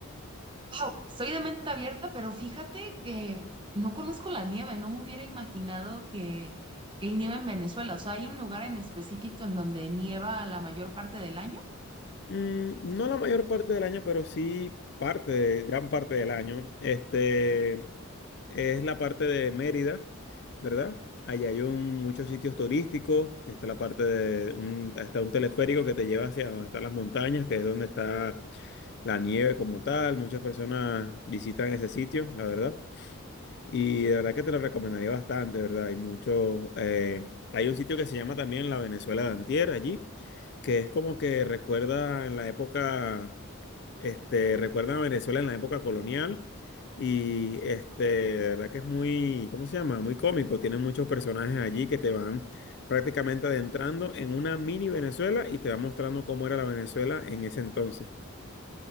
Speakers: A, on the right (about 20°); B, on the left (about 50°).
A: Wow, soy de mente abierta, pero fíjate que no conozco la nieve. No me hubiera imaginado que, que hay nieve en Venezuela. O sea, ¿hay un lugar en específico en donde nieva la mayor parte del año?
B: Mm, no la mayor parte del año, pero sí parte, de- gran parte del año. Este es la parte de Mérida, ¿verdad? Allá hay un- muchos sitios turísticos. Está la parte de un, está un teleférico que te lleva hacia donde están las montañas, que es donde está la nieve como tal. Muchas personas visitan ese sitio, la verdad. Y de verdad que te lo recomendaría bastante, ¿verdad? Hay muchos, eh, hay un sitio que se llama también la Venezuela de Antier allí, que es como que recuerda en la época, este, recuerda a Venezuela en la época colonial y este, de verdad que es muy, ¿cómo se llama? Muy cómico. Tienen muchos personajes allí que te van prácticamente adentrando en una mini Venezuela y te va mostrando cómo era la Venezuela en ese entonces.